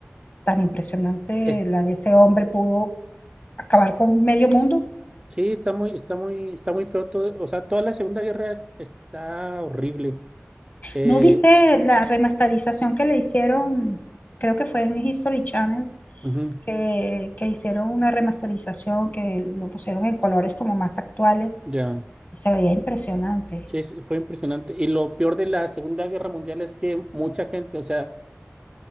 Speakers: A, on the left; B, on the right.
A: tan impresionante
B: Es-
A: la de ese hombre pudo acabar con medio mundo.
B: Sí, está muy, está muy, está muy feo todo. O sea, toda la Segunda Guerra es- está horrible. Eh,
A: ¿No viste la remasterización que le hicieron? Creo que fue en History Channel,
B: ujú,
A: que, que hicieron una remasterización que lo pusieron en colores como más actuales
B: ya,
A: Y se veía impresionante.
B: Sí, es- fue impresionante. Y lo peor de la Segunda Guerra Mundial es que mucha gente, o sea,